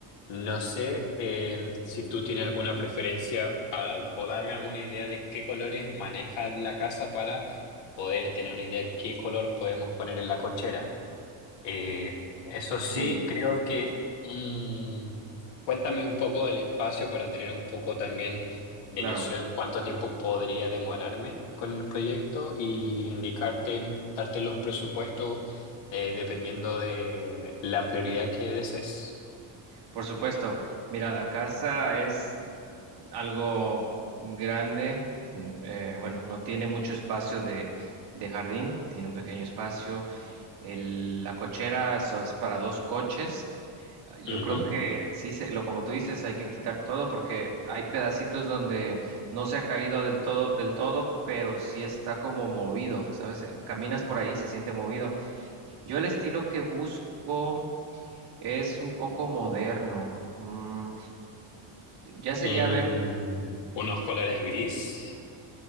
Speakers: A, on the left; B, on the right.
A: No sé eh, si tú tienes alguna preferencia ah, o darme alguna idea de qué colores maneja la casa para poder tener una idea de qué color podemos poner en la cochera. Eh, eso sí,
B: Sí,
A: creo que... mm, cuéntame un poco del espacio para tener un poco también de
B: claro,
A: noción cuánto tiempo podría demorarme con el proyecto y indicarte, darte los presupuestos eh, dependiendo de la prioridad que desees.
B: por supuesto. Mira, la casa es algo grande, mm, eh, bueno, no tiene mucho espacio de de jardín, tiene un pequeño espacio. El- la cochera eso es para dos coches Yo
A: Ujú.
B: creo que sí, se- lo como tú dices, hay que quitar todo porque hay pedacitos donde no se ha caído del todo, del todo, pero sí está como movido, ¿sabes? Eh, Caminas por ahí, y se siente movido. Yo el estilo que busco es un poco moderno. Mm, ya sería
A: Un-
B: ver,
A: unos colores gris.